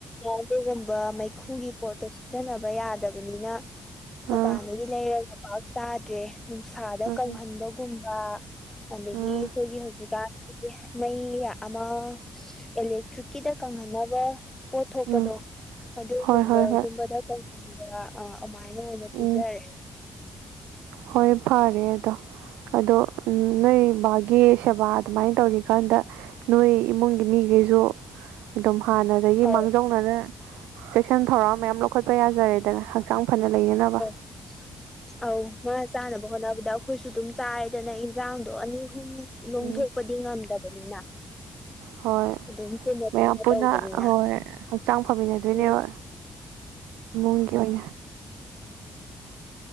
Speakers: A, on the left (about 15°); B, on the right (about 85°).
A: ꯑꯗꯨꯒꯨꯝꯕ ꯃꯩꯈꯨꯒꯤ ꯄꯣꯠꯇꯣ ꯁꯤꯖꯤꯟꯅꯕ ꯌꯥꯗꯕꯅꯤꯅ ꯃꯄꯥꯟꯗꯒꯤ
B: ꯑꯥ
A: ꯂꯩꯔꯒꯒ ꯄꯥꯛ ꯆꯥꯗ꯭ꯔꯦ ꯅꯨꯡꯁꯥꯗ
B: ꯑꯥ
A: ꯀꯪꯍꯟꯗꯧ ꯨꯝꯕ ꯑꯗꯒꯤ
B: ꯑꯥ
A: ꯑꯩꯈꯣꯏꯒꯤ ꯍꯧꯖꯤꯛꯀꯥꯟꯒꯤ ꯃꯩ ꯑꯃ ꯑꯦꯂꯦꯛꯇ꯭ꯔꯤꯛꯀꯤꯗ ꯀꯪꯍꯟꯅꯕ ꯄꯣꯠ ꯊꯣꯛꯄꯗꯣ
B: ꯎꯝ
A: ꯑꯗꯨꯒꯨꯝꯕꯒꯨꯝꯕꯗ
B: ꯍꯣꯏ ꯍꯣꯏ ꯍꯣꯏ
A: ꯀꯕ ꯑ ꯑꯗꯨꯃꯥꯏꯅ ꯑꯣꯏꯅ
B: ꯎꯝ
A: ꯄꯤꯖꯔꯦ
B: ꯍꯣꯏ ꯐꯔꯦ ꯑꯗꯣ ꯑꯗꯣ ꯅꯣꯏ ꯕꯥꯒꯤ ꯁꯦꯕꯥ ꯑꯗꯨꯃꯥꯏꯅ ꯇꯧꯔꯤꯀꯥꯟꯗ ꯅꯣꯏ ꯏꯃꯨꯡꯒꯤ ꯃꯤꯈꯩꯁꯨ ꯑꯗꯨꯝ ꯍꯥꯟꯅꯗꯒꯤ
A: ꯑꯧ
B: ꯃꯥꯡꯖꯧꯅ ꯑꯗꯨꯅ ꯆꯦꯛꯁꯤꯟ ꯊꯧꯔꯥꯡ ꯃꯌꯥꯝ ꯂꯧꯈꯠꯄ ꯌꯥꯖꯔꯦꯗꯅ ꯍꯛꯆꯥꯡ ꯐꯅ ꯂꯩꯅꯅꯕ
A: <unintelligible> ꯑꯧ ꯉꯥ ꯆꯥꯅꯕ ꯍꯣꯠꯅꯕꯗ ꯑꯩꯈꯣꯏꯁꯨ ꯑꯗꯨꯝ ꯆꯥꯏꯗꯅ ꯏꯟꯁꯥꯡꯗꯣ ꯑꯅꯤ ꯑꯍꯨꯝ ꯂꯣꯡꯊꯣꯛꯄꯗꯤ
B: ꯎꯝ
A: ꯉꯝꯗꯕꯅꯤꯅ
B: ꯍꯣꯏ
A: ꯑꯗꯨꯝ ꯄꯨꯟꯅ
B: ꯃꯌꯥꯝ ꯄꯨꯟꯅ
A: ꯇꯧꯕꯅꯤꯅ
B: ꯍꯣꯏ ꯍꯛꯆꯥꯡ ꯐꯃꯤꯟꯅꯗꯣꯏꯅꯦꯕ
A: ꯎꯝ
B: ꯏꯃꯨꯡꯒꯤ ꯑꯣꯏꯅ